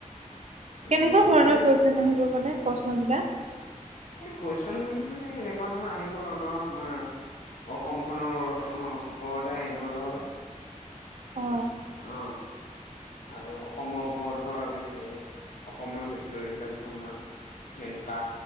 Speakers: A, on the left; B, on the right.
A: উম
B: কেনেকুৱা ধৰণৰ
A: পিছে
B: কুৱেশ্যন আহিব মানে প্ৰশ্ন বিলাক?
A: এ কুৱেশ্যন বুলি ক'লে এনেকুৱা ধৰ আহিব আৰু ধৰ আমাৰ - অসম খনৰ ওপৰতে আহিব ধৰ।
B: অ।
A: অ। আৰু অসমৰ ওপৰত ধৰ কেনেকে অসমৰ হিষ্টৰী বিলাক ধৰ আমাৰ - হেনেকা।